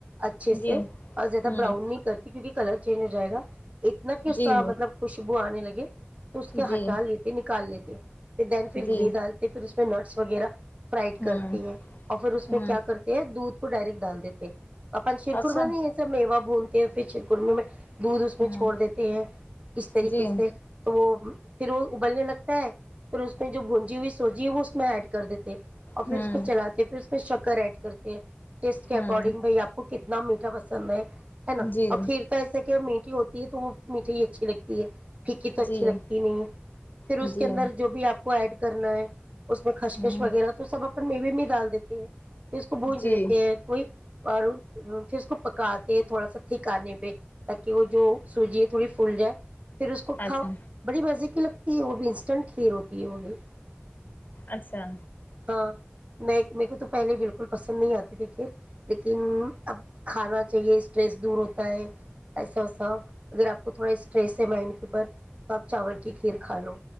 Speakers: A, on the right (about 30°); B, on the left (about 45°).
A: اچھے سے
B: جی
A: اور زیادہ
B: ہ
A: براؤن نہیں کرتے کیکہ کلر چینج ہو جائے گا اتنا کہ اس
B: جی
A: کا مطلب خوشبو آنے لگی <unintelligible> اس
B: جی
A: کے ہٹا
B: جی
A: لیتے نکال لیتے پھر دین پھر
B: جی
A: گھی ڈالتے پھر نٹس وغیرہ فرائڈ
B: ہ
A: کرتے ہیں اور پھر اس
B: ہ
A: میں کیا کرتے ہیں دودھ کو ڈائریکٹ دان دیتے ہیں اپن شیرخور
B: اچھا
A: میں نہیں یہ میو بول کے فچر کررمی میں دودھ اس میں
B: ہ
A: چھوڑ دیتے ہیں اس طریقے
B: جی
A: سے تو وہ پھر وہ ابلنے لگتا ہے پھر اس میں جو بونجی ہوئی سوجی وہ اس میں ایڈ کر دیتے اور
B: ہ
A: پھر اس کو چلاتے پھر اس میں شک کر ایڈ کرتی ہے ٹیسٹ کےکارڈنگ
B: ہ
A: بھائیپ کو کتنا ن میٹھا پسند ہے ہے نا
B: جی
A: اور کھیر تو ایسے کہ میٹ م ہوتی ہے تو وہ میٹھھی ہی اچھی لگتی ہے پھکی تو اچھی
B: جی
A: لگتی ہی نہیں ہے پھر اس
B: جی
A: کے اندر جو بھی آپ کو ایڈ کرنا ہے اس میں کچ
B: ہاں
A: کش وغیرہ تو سب اپ میل میں ڈال دیتی ہے اس کو بونج
B: جی
A: دیتے ہیں کوئی اور پھر اس کو پکاتے تھوڑا سا ٹھکانے پہ تاکہ وہ جو سوجی ہے تھوڑی فول جائے پھر اس کو
B: اچھا
A: کھاؤ بڑی مزے لگتی ہے وہ بھی انسٹنٹ کیر ہوتی ہے وہ بھی
B: اچھا
A: ہاں میں میر کو تو پہلے بالکل پسند نہیں آتی کھیر لیکن اب کھانا چاہیے اسٹریس دور ہوتا ہے ایسا وسا اگر آپ کو تھوڑا اسٹریس ہے مائنڈ کے اوپر تو آپ چاول کی کھیر کھا لو